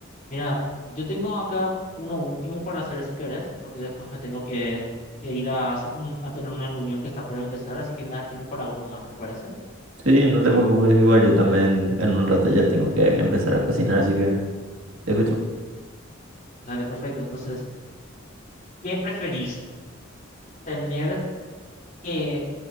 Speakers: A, on the left; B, on the right.
A: Mira, yo tengo acá uno último para hacer si querés, porque después me tengo que, que ir a hacer un- a tener una reunión que está por empezar, así que me da tiempo para uno más, ¿te parece?
B: Sí, no te preocupes, igual yo también en un rato ya tengo que empezar a cocinar, así que te escucho.
A: Dale, perfecto. Entonces, ¿qué preferís? ¿Tener que